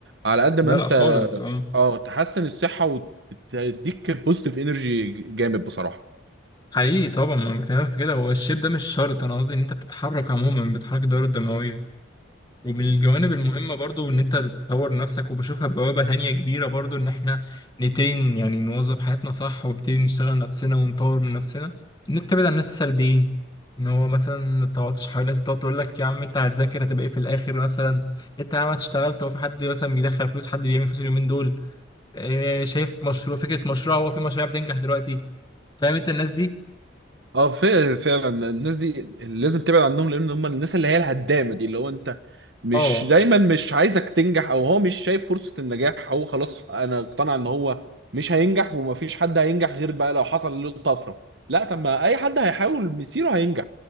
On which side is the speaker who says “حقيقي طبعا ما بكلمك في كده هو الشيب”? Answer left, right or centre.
Left